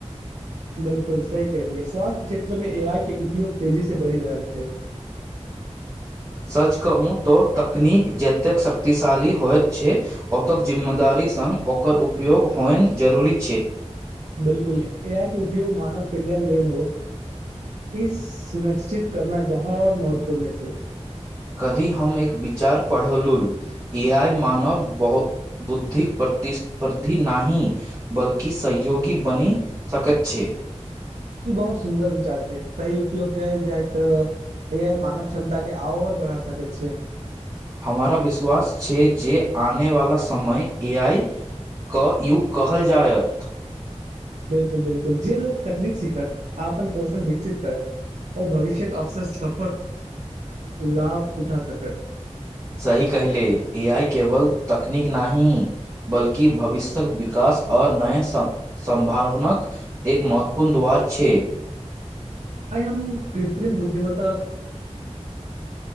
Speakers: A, on the right; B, on the right.
A: <inaudible> बिलकुल सही कहलिये स्वास्थ्य क्षेत्र मे ए आइ के उपयोग तेजी से बढ़ि रहल छै <inaudible>
B: सच कहू तो तकनीक जतेक शक्तिशाली होइत छै ओतेक जिम्मेदार संग ओकर उपयोग होइ जरूरी छै
A: बिलकुल ए आइ उपयोग मानव कल्याण लेल हो इस सुरक्षित करना बहुत महत्वपूर्ण छै
B: कली हम एक विचार पढ़लहु ए आइ मानब बहुत बुद्धिके प्रति स्पर्धी नहि बल्कि सहयोगी बनि सकैत छै
A: ई बहुत सुन्दर विचार छै सही उपयोग कयल जाय तऽ ए आइ मानव क्षमता के आओर बढ़ा सकैत छियै
B: हमारा विश्वास छै जे आने वाला समय ए आई क यूग कहल जायत
A: बिलकुल बिलकुल जे लोको तकनीक सिखत अपनन कौशल विकसित करत ओ भविष्य्यकके अवसर सफक लाभ उठा सकत
B: सही कहले ए आई केवल तकनीक नहि बल्कि भविष्यक विकास आ नया सम संभावनक एक महत्वपूर्ण द्वार छै
A: आय हम कृत्रिम बुद्धिमता